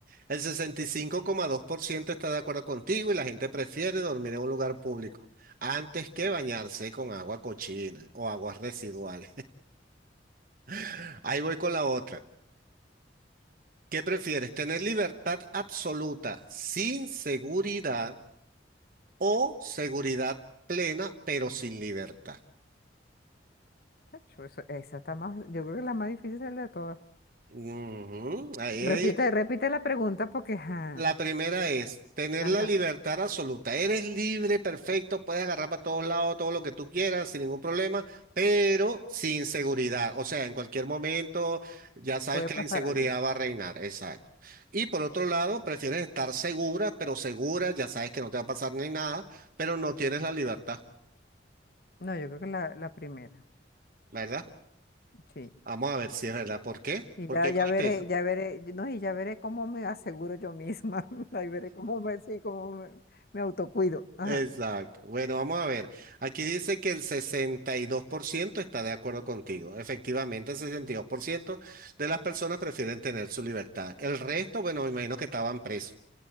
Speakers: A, on the right (about 50°); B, on the left (about 55°).
A: El sesenta y cinco coma dos por ciento está de acuerdo contigo y la gente prefiere dormir en un lugar público antes que
B: Claro.
A: bañarse con agua cochina o aguas residuales. <laughs> Ahí voy con la otra. ¿Qué prefieres? ¿Tener libertad absoluta sin seguridad o seguridad plena pero sin libertad?
B: Chacho, eso- esa está más, yo creo que la más difícil es la de todas.
A: Ujú, Ahí, ahí.
B: Repite, repite la pregunta porque, ajá,
A: La primera es tener
B: ajá,
A: la libertad absoluta. Eres libre, perfecto, puedes agarrar para todos lados todo lo que tú quieras sin ningún problema, pero sin seguridad. O sea, en cualquier momento ya sabes
B: puede
A: que
B: pasar
A: la inseguridad
B: algo.
A: va a reinar. Exacto. Y por otro lado, prefieres estar segura, pero segura, ya sabes que no te va a pasar ni nada, pero no tienes la libertad.
B: No, yo creo que la, la primera,
A: ¿verdad?
B: sí.
A: Vamos a ver si es verdad. ¿Por qué?
B: Y
A: ¿Por
B: ya,
A: qué
B: ya
A: cogiste
B: veré,
A: eso?
B: ya veré, no, y ya veré cómo me aseguro yo misma. <laughs> Ahí veré cómo me, sí, cómo me, me autocuido. Ajá.
A: Exacto. Bueno, vamos a ver. Aquí dice que el 62% está de acuerdo contigo. Efectivamente, el 62% de las personas prefieren tener su libertad. El resto, bueno, me imagino que estaban presos.